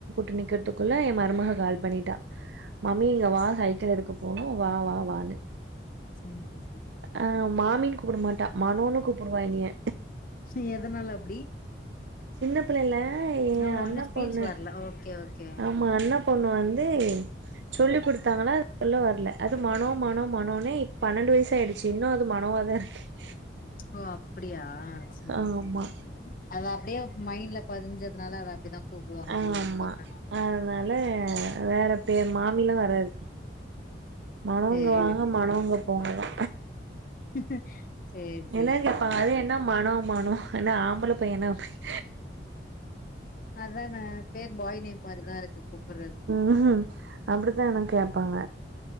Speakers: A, on the right; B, on the left.
A: துனிக்கறதுக்குள்ள எ மருமக கால் பண்ணிட்டா மாமி இங்க வா சைக்கிள் எடுக்க போனு வா வா வானு
B: சரி
A: அ மாமி கூப்பட மாட்டா மனோன்னு கூப்புடுவா என்னைய
B: சி எதனால அப்டி
A: சின்ன பிள்ளைல ஏ
B: ஓ
A: அண்ணா
B: இன்னு ஸ்பீச்
A: பொண்ணு
B: வரல ஓகே ஓகே
A: ஆமா அண்ணா பொண்ணு வந்து சொல்லி் கொடுத்தாங்களா அது சொல்ல வரல அது மனோ மனோ மனோனே இ பன்னெண்டு வயசு ஆயிடுச்சு இன்னு அது மனோவா தா இருக்கு <inaudible>
B: ஓ அப்படியா சேரி
A: ஆமா
B: சேரி அது அப்டே மைண்ட்ல பதிஞ்சதுனால அவ அப்டிதா கூப்டுவா
A: ஆமா
B: ஒரு ஒரு பர்சன்
A: அதனால வேற பேர் மாமில்லா வராது மனோ
B: சேரி
A: இங்க வாங்க மனோ அங்க போங்கதா
B: <inaudible> சரி
A: எல்லாரு கேப்பாங்க
B: பரவால்ல
A: அது என்ன மன மனோ என்ன ஆம்பள பையனா அப்டின்னு
B: அதா நா பேர் பாய் நேம் மாரி தா இருக்கு கூப்புட்றது
A: ம் அப்படித்தான்னா கேப்பாங்க